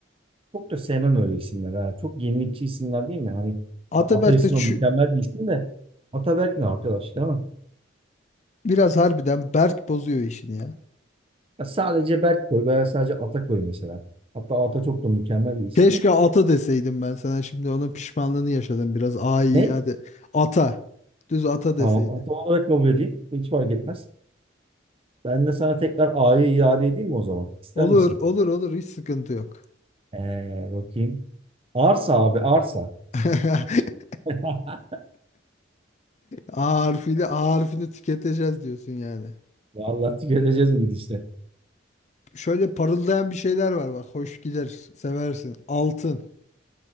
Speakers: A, on the right (about 30°); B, on the left (about 40°).
A: Çok da sevmem öyle isimler. Ha. Çok yenilikçi isimler değil mi? Hani
B: Ataberk
A: Ata ismi
B: de şu-
A: mükemmel bir isim de Ataberk ne arkadaş değil mi?
B: biraz harbiden Berk bozuyor işini ya.
A: Ya sadece Berk koy veya sadece Ata koy mesela. Hatta Ata çok da mükemmel bir isim
B: Keşke
A: de.
B: ata deseydim ben sana. Şimdi onun pişmanlığını yaşadım biraz. Ay
A: Ne?
B: hadi. Ata. Düz ata deseydi.
A: Tamam Ata olarak kabul edeyim. Hiç fark etmez. Ben de sana tekrar A'yı iade edeyim mi o zaman? İster
B: Olur,
A: misin?
B: olur, olur. Hiç sıkıntı yok.
A: Ee, bakayım. Arsa abi arsa.
B: <laughs>
A: <laughs>
B: A harfiyle A harfini tüketeceğiz diyorsun yani.
A: Vallahi tüketeceğiz bu işte.
B: Şöyle parıldayan bir şeyler var bak. Hoş gider. Seversin. Altın.